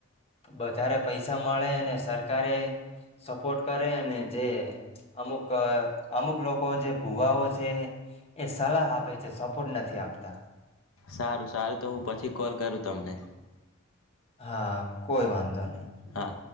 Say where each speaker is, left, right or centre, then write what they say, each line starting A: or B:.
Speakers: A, on the left; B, on the left.
A: વધારે પૈસા મળે અને સરકારે સપોર્ટ કરે અને જે અમુક અમુક લોકો જે ભુવાઓ છે એ સલાહ આપે છે પ નથી ત આપ આપતા
B: સારું સારું તો હું પછી કોલ કરું તમને.
A: હા કોઈ વાંધો નહી.
B: હા